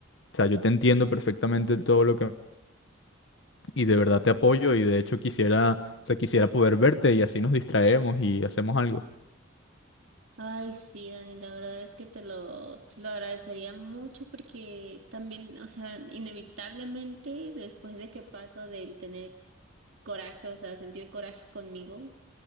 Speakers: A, on the left; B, on the right.
A: O sea, yo te entiendo perfectamente todo lo que... Y de verdad te apoyo y de hecho quisiera, o sea, quisiera poder verte y así nos distraemos y hacemos algo.
B: Ay, sí, Dani, la verdad es que te lo, te lo agradecería mucho porque también, o sea, inevitablemente después de que paso del tener coraje, o sea, sentir coraje conmigo,